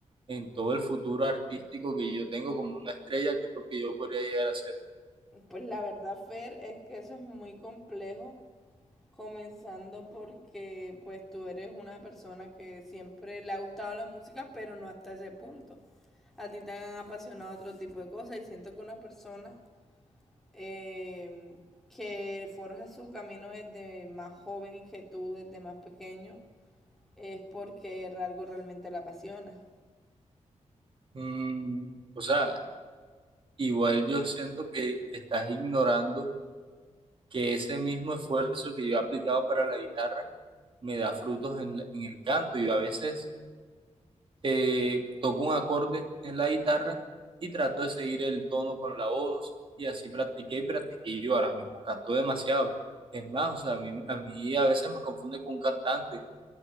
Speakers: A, on the right (about 45°); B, in the centre.
A: en todo el futuro artístico que yo tengo como una estrella, que es lo que yo podría llegar a ser.
B: Pues la verdad, Fer, es que eso es muy complejo, comenzando porque pues tú eres una persona que siempre le ha gustado la música, pero no hasta ese punto. A ti te han apasionado otro tipo de cosas y siento que una persona eh, que forja su camino desde más joven que tú, desde más pequeño, es porque algo realmente la apasiona.
A: Mm, o sea, igual yo siento que estás ignorando que ese mismo esfuerzo que yo he aplicado para la guitarra me da frutos en, la- en el canto. Yo a veces eh, toco un acorde en la guitarra y trato de seguir el tono con la voz y así practiqué y practiqué y yo ahora mismo canto demasiado. Es más, o sea, a mí, a mí a veces me confunde con un cantante